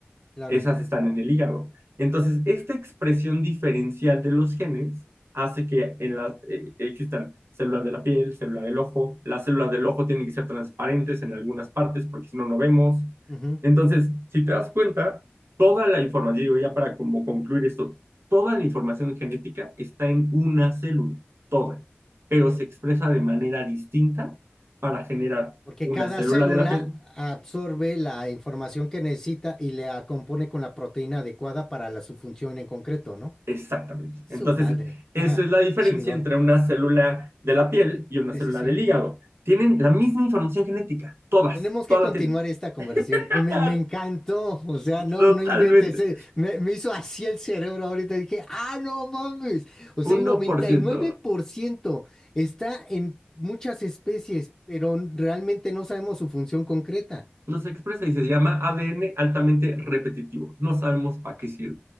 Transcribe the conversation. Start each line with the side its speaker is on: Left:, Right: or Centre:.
Left: Claro.
Right: esas están en el hígado. Entonces, esta expresión diferencial de los genes hace que en la, eh, existan células de la piel, células del ojo. Las células del ojo tienen que ser transparentes en algunas partes porque si no, no vemos.
Left: Ujú.
Right: Entonces, si te das cuenta, toda la información, digo ya para como concluir esto, toda la información genética está en una célula, toda, pero se expresa de manera distinta para generar
Left: Porque
Right: una
Left: cada
Right: célula
Left: célula
Right: de la piel,
Left: absorbe la información que necesita y la compone con la proteína adecuada para la, su función en concreto, ¿no?
Right: Exactamente.
Left: Su
Right: Entonces,
Left: madre. <laughs>
Right: esa
Left: Ajá,
Right: es la diferencia
Left: Qué chingón.
Right: entre una célula de la piel y una
Left: Sí,
Right: célula
Left: sí, sí.
Right: del hígado. Tienen la misma información genética, todas,
Left: Tenemos que
Right: todas
Left: continuar
Right: la tienen.
Left: esta
Right: <laughs>
Left: conversión. Me, me encantó. O sea, no,
Right: Totalmente.
Left: no inventes. eh. Me, me hizo así el cerebro ahorita. Dije, ah, no mames. O sea,
Right: 1%.
Left: el noventa y nueve por ciento está en muchas especies, pero realmente no sabemos su función concreta.
Right: No se expresa y se llama ADN altamente repetitivo. No sabemos para qué sirve